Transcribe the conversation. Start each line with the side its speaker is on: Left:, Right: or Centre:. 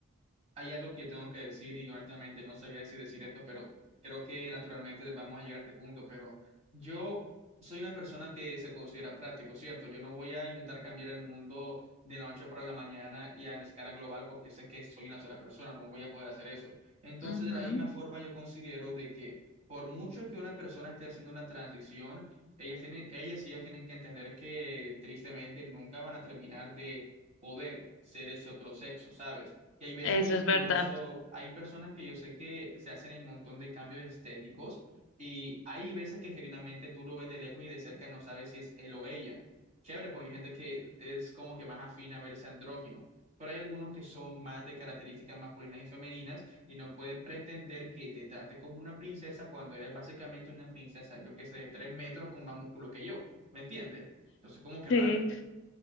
Right: hay algo que tengo que decir y honestamente no sabía si decir esto, pero creo que naturalmente vamos a llegar a este punto, pero yo soy una persona que se considera práctico, ¿cierto? Yo no voy a intentar cambiar el mundo de la noche para la mañana y a escala global porque sé que soy una sola persona, no voy a poder hacer eso. Entonces,
Left: Ujú,
Right: de la misma forma, yo considero de que por mucho que una persona esté haciendo una transición, ellas tienen, ellas y ellos tienen que entender que tristemente nunca van a terminar de poder ser ese otro sexo, ¿sabes? Y hay veces
Left: Eso
Right: que incluso
Left: es verdad.
Right: hay personas que yo sé que se hacen un montón de cambios estéticos y hay veces que genuinamente tú lo ves de lejos y de cerca no sabes si es él o ella. Chévere, porque hay gente que es como que más afina a verse andrógino, pero hay algunos que son más de características masculinas y femeninas y no puedes pretender que te trate como una princesa cuando eres básicamente una princesa, yo que sé, de tres metros con más músculo que yo. ¿Me entiendes? Entonces, como que
Left: Sí,
Right: raro.